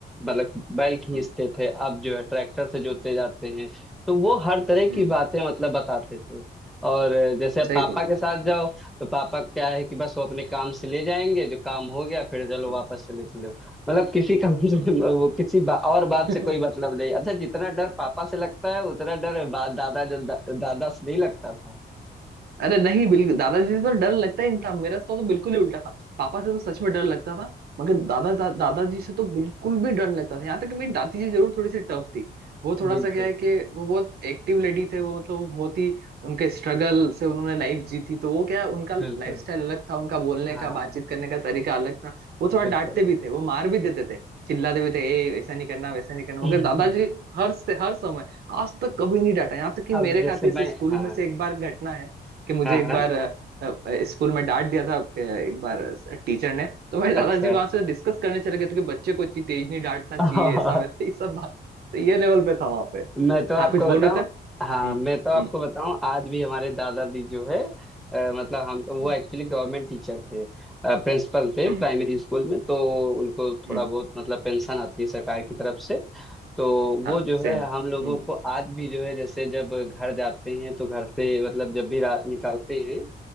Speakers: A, in the centre; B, on the right (about 65°).
A: मतलब बैल खींचते
B: हम्म
A: थे अब जो है ट्रैक्टर से जोते जाते हैं तो वो हर तरह
B: हम्म
A: की बातें मतलब बताते थे और जैसे
B: सही
A: पापा
B: बोल रहा
A: के साथ जाओ तो पापा क्या है कि बस वो अपने काम से ले जाएंगे जो काम हो गया फिर चलो
B: हम्म
A: वापस चले चलो मतलब किसी काम से
B: हम्म।
A: वो किसी बा, और बात
B: <laughs>
A: से कोई मतलब
B: हूँ
A: नहीं अच्छा जितना डर पापा से लगता है उतना डर बा- दादा दा, दादा से नहीं लगता था
B: अरे नहीं बिल्कुल दादाजी से तो डर लगता ही नहीं था मेरा तो, तो बिल्कुल ही उल्टा था पापा से तो सच में डर लगता था मगर दादा दा, दादाजी से तो बिल्कुल भी डर नहीं लगता था यहाँ तक कि मेरी दादी जी जरूर थोड़ी सी टफ थी वो थोड़ा
A: बिल्कुल
B: सा क्या है कि वो बहुत एक्टिव लेडी थे वो मतलब वो बहुत ही उनके स्ट्रगल से उन्होंने लाइफ जीती तो वो क्या है, उनका
A: बिल्कुल
B: लाइफ स्टाइल अलग था उनका बोलने
A: हाँ
B: का बातचीत करने का तरीका अलग था वो थोड़ा
A: बिल्कुल
B: डांटते भी थे वो मार भी देते थे चिल्लाते भी थे ए ऐसा नहीं करना वैसा नहीं करना
A: <laughs>
B: मगर दादाजी हर से हर समय आज तक कभी नहीं डांटा यहाँ तक कि
A: अब
B: मेरे
A: जैसे
B: खाते से
A: मैं
B: स्कूल
A: हाँ
B: में से एक बार घटना है कि मुझे
A: हाँ
B: एक
A: हाँ
B: बार अ, अ, स्कूल में डांट दिया था अ, एक बार अ, टीचर ने तो मेरे दादाजी
A: अच्छा
B: वहां से डिस्कस करने चले गए थे कि बच्चे को इतनी तेज नहीं डांटना
A: <laughs>
B: चाहिए ऐसा वैसा ये सब बात तो ये लेवल पे था वहां पे
A: मैं तो आपको
B: हाँ कुछ बोल
A: बताऊं
B: रहे थे हम्म
A: हाँ मैं तो आपको
B: हम्म
A: बताऊं आज भी हमारे दादाजी जो है अ, मतलब हम तो वो
B: हम्म
A: एक्चुअली गवर्नमेंट टीचर थे प्रिंसिपल थे
B: हम्म
A: प्राइमरी स्कूल में तो उनको
B: हम्म,
A: थोड़ा बहुत मतलब पेंशन आती है सरकार की तरफ से तो वो
B: हाँ
A: जो
B: सेम
A: है हम लोगों
B: हम्म
A: को आज भी जो है जैसे जब घर जाते हैं तो घर से मतलब जब भी रात निकालते हैं